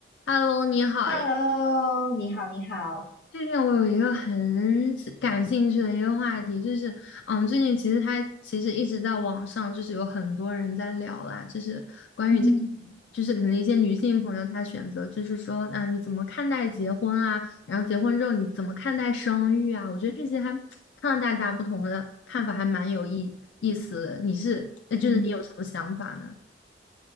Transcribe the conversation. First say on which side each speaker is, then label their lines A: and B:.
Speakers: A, on the left; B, on the left.
A: Hello，你好呀。
B: Hello，你好，你好。
A: 最近我有一个很喜感兴趣的一个话题，就是，嗯，最近其实他其实一直在网上，就是有很多人在聊啦，就是关于这，
B: 嗯
A: 就是可能一些女性朋友她选择，就是说，嗯，你怎么看待结婚啊？然后结婚之后你怎么看待生育啊？我觉得这些还看到大家不同的看法，还蛮有意意思的你是，呃就是你有什么想法呢？
B: 嗯，